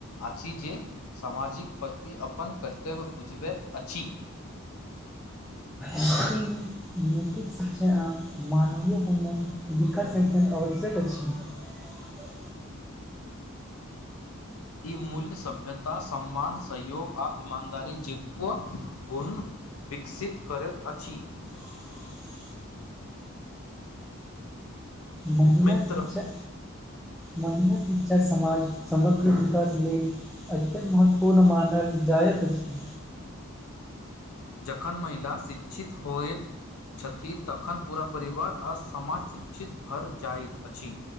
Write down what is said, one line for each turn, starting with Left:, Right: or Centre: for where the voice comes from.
Left: अछि जे सामाजिक प्रति अपन कर्तव्य बुझबैत अछि
Centre: इकल में नैतिक शिक्षा आ मानवीयपुणन विकासखन आवश्यक अछि छै
Left: ई मूल्य सभ्यता सम्मान सहयोग आ ईमानदारी जेको गुण विकसित करैत अछि
Centre: <inaudible> महिला
Left: मित्र,
Centre: शिक्षा महिला शिक्षा समाज समग्र विकास लेल एतेक महत्वपूर्ण मानल जायत छै
Left: जखन महिला शिक्षित होएत छथि तखन पूरा परिवार आ समाज शिक्षित भर जाइत अछि